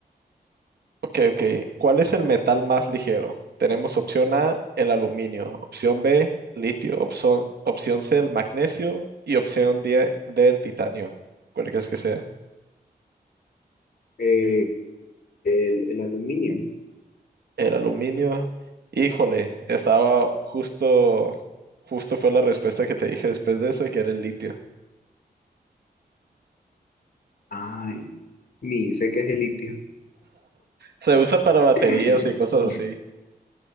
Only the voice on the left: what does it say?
eh, el, el aluminio.
Ay, ni sé qué es el litio.
<laughs>